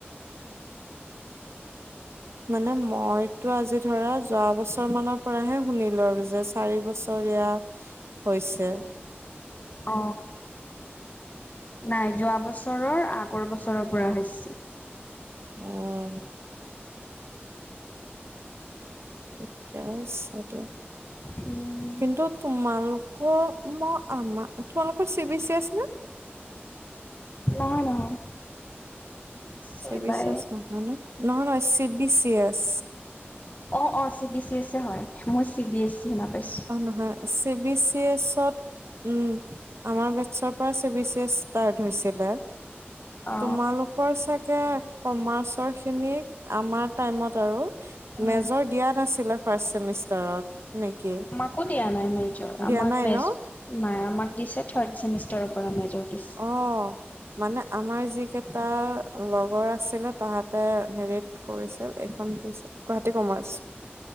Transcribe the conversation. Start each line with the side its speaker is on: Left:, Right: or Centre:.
Right: মানে মই টো আজি ধৰা যোৱা বছৰ মানৰ পৰাহে শুনিলো আৰু যে চাৰি বছৰীয়া হয়। ইছে
Left: অ নাই। যোৱা বছৰৰ আগৰ বছৰৰ পৰা হৈছে।
Right: উম। তেতিয়াই চাগে
Left: উম
Right: কিন্তু তোমালোক অ ম আমা তোমালোকৰ চি বি চি আছে ন?
Left: নহয় নহয়। চিবাই
Right: চি বি চাচ নহয় ন, নহয় নহয় চি বি চি এছ।
Left: অ অ চি বি চি এছে হয় মই চি বি এছ চি শুনা পাইছো
Right: অ নহয় চি বি চি এছত উম। আমাৰ বেটছৰ পৰা C B C S start হৈছিলে
Left: অ
Right: তোমালোকৰ চাগ গে কমাৰ্চৰ খিনিক আমাৰ টাইমত আৰু
Left: উম
Right: মেজৰ দিয়া নাছিলে। ফাৰ্ষ্ট চেমিষ্টাৰত নেকি?
Left: একো দিয়া নাই মেজৰ
Right: দিয়া
Left: আমাক
Right: নাই
Left: মেজ
Right: ন
Left: নাই আমাক দিছে থাৰ্ড চেমিষ্টাৰৰ পৰা মেজৰ দিছে
Right: অ মানে আমাৰ যিকেইটা লগৰ আছিলে তাহাতে হেৰিত কৰিছিল এইখন কি আছিল, গুৱাহাটী কমাৰ্চ